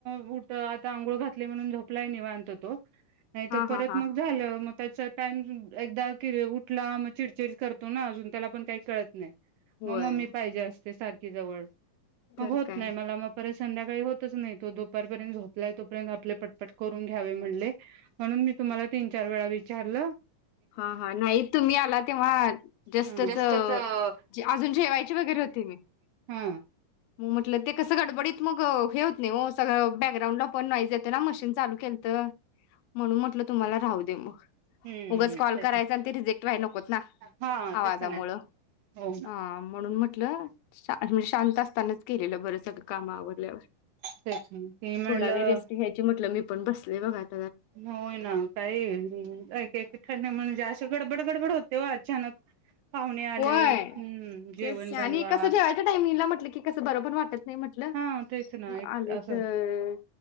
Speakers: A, on the right; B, on the left.
A: बुट आता आंघोळ घातले म्हणून झोपलाय निवांत तो नाही
B: हां,
A: तर परत
B: हां, हां.
A: मग झालं मग त्याचा टाइम एकदा उठला मग चिडचिड करतो ना अजून त्याला पण काही कळत नाही.
B: होय,
A: मग मम्मी पाहिजे असते. ते सार खी जवळ मग
B: तर
A: होत
B: काय.
A: नाही मला मग परत संध्याकाळी होतच नाही तो दुपारपर्यंत झोपलाय तोपर्यंत आपले पटपट करून घ्यावे म्हणले. म्हणून मी तुम्हाला तीन चार वेळा वि चारल.
B: हा हा नाही तुम्ही आला तेव्हा जस्टच
A: हा
B: अजून जेवायची वगैरे होते मी
A: हा
B: मग म्हटलं ते कस गडबडीत मग हे होत नाही हो सगळं बॅकग्राउंड पण नोइस येते ना मशिन चालू केलत म्हणून म्हटलं तुम्हाला राहू दे मग
A: हम्म
B: उगाच कॉल
A: तेच
B: करायचा आणि ते रिजेक्ट व्हायला नको ना
A: हा
B: आवाजामुळं
A: ते पण आहे हो ना
B: हा म्हणून म्हटलं शा म्हणजे शांत असतानाच केलेलं बरं सगळं काम आवरल्यावर
A: तेच ते म्हणलं
B: थोडा वेळ रेस्ट घ्यायची म्हटलं मी पण बस ले बघत.
A: होय ना काही वेळ निघून जाईल एकीकडन म्हणजे असे गडबड गडबड होते हो अचानक पाहुणे आले
B: व्हय
A: हम्म जेवण
B: तेच
A: बनवा
B: आणि कस जेवायचा टाईमला म्हट कस बर पण वाटत नाही म्हटलं
A: हा तेच ना एक
B: आले
A: असं
B: तर